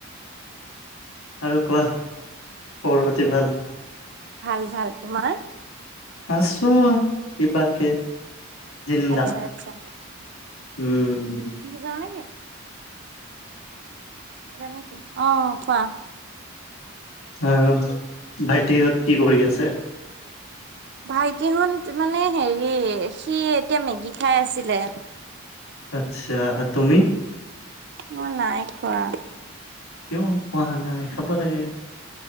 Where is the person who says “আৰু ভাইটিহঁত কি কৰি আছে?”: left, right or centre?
Left